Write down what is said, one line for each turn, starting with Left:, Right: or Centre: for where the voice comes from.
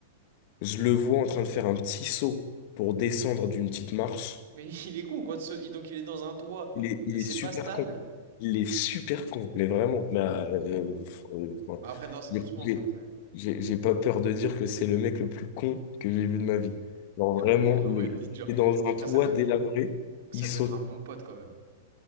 Left: je le vois en train de faire un petit saut pour descendre d'une petite marche.
Right: Mais <laughs> il est con quoi, de se- il- donc il est dans un toit,
Left: Il est, il
Right: c'est
Left: est super
Right: pas stable.
Left: con. Il est super con, mais vraiment. Mais, euh, euh, enfin,
Right: Après, danse
Left: j'ai
Right: doucement
Left: j'ai-
Right: frère. ça-
Left: j'ai- j'ai pas peur de dire que c'est le mec le plus con que j'ai vu de ma vie. Genre vraiment,
Right: <laughs> Ouais,
Left: le,
Right: t'es dur.
Left: il est dans
Right: Après,
Left: un toit
Right: ça doit,
Left: délabré,
Right: ça
Left: il
Right: doit
Left: saute.
Right: être un bon pote quand même.